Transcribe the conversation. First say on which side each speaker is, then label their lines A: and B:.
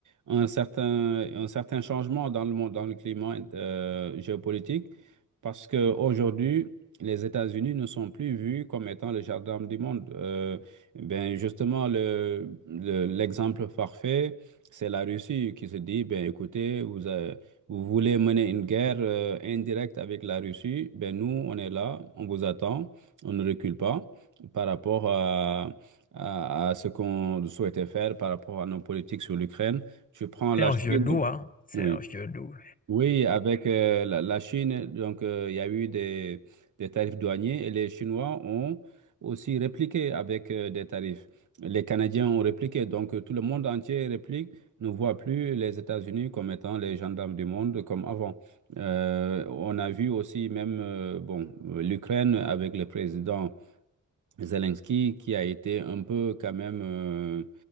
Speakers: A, on the right; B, on the left.
A: un certain, un certain changement dans le monde, dans le climat euh, géopolitique, parce qu'aujourd'hui, les États-Unis ne sont plus vus comme étant le jardin du monde. Euh, ben, justement, le, le- l'exemple parfait, c'est la Russie qui se dit, ben, écoutez, vous, euh, vous voulez mener une guerre euh, indirecte avec la Russie, ben, nous, on est là, on vous attend, on ne recule pas par rapport à, à, à ce qu'on souhaitait faire, par rapport à nos politiques sur l'Ukraine. tu prends
B: C'est
A: la
B: un
A: Chine.
B: vieux loup, hein? C'est
A: Oui,
B: un vieux loup.
A: oui avec euh, la, la Chine, donc euh, il y a eu des, des tarifs douaniers et les Chinois ont aussi répliqué avec euh, des tarifs. Les Canadiens ont répliqué, donc euh, tout le monde entier réplique, ne voit plus les États-Unis comme étant les gendarmes du monde comme avant. Euh, on a vu aussi même euh, bon, l'Ukraine avec le président. Zelensky qui a été un peu quand même euh,